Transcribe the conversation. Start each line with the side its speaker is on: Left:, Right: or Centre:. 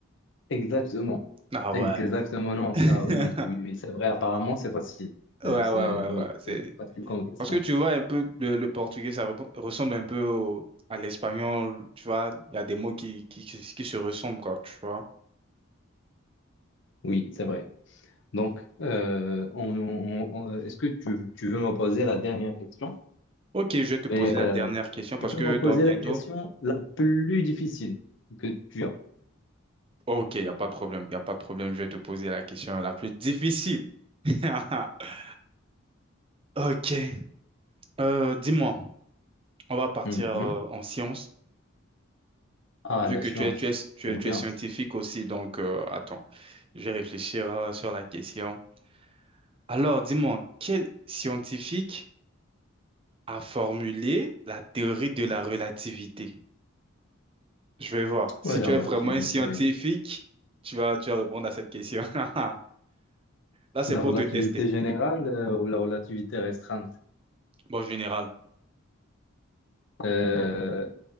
Left: Exactement.
Right: Ah
Left: Exactement,
Right: ouais.
Left: non,
Right: <laughs>
Left: ça, oui, oui, oui, c'est vrai, apparemment, c'est facile.
Right: Ouais,
Left: Euh, c'est,
Right: ouais, ouais,
Left: oui,
Right: ouais.
Left: c'est facile comme question.
Right: Parce que tu vois un peu le, le portugais, ça repre- ressemble un peu au- à l'espagnol, tu vois. Il y a des mots qui, qui, qui, qui se ressemblent, quoi, tu vois.
Left: Oui, c'est vrai. Donc, euh, on- on- on- est-ce que tu, tu veux me poser la dernière question?
Right: Ok, je vais te poser
Left: Mais
Right: la
Left: euh,
Right: dernière question parce
Left: tu peux
Right: que
Left: me
Right: dans
Left: poser
Right: bientôt.
Left: la question la plus difficile que tu as.
Right: Ok, il n'y a pas de problème, il n'y a pas de problème. Je vais te poser la question la plus difficile. <laughs> Ok, Euh, dis-moi, on va partir
Left: Mhm.
Right: euh, en sciences,
Left: Ah,
Right: vu
Left: la
Right: que
Left: science.
Right: tu es, tu es, tu
Left: J'aime
Right: es, tu
Left: bien.
Right: es scientifique aussi, donc euh, attends, je vais réfléchir euh, sur la question. Alors, dis-moi, quel scientifique à formuler la théorie de la relativité. Je vais voir. Si
Left: Oui,
Right: tu
Left: la
Right: es
Left: relativité.
Right: vraiment un scientifique, tu vas, tu vas répondre à cette question. <laughs> Là, c'est
Left: La
Right: pour
Left: relativité
Right: te tester.
Left: générale euh, ou la relativité restreinte?
Right: Bon, général.
Left: Euh,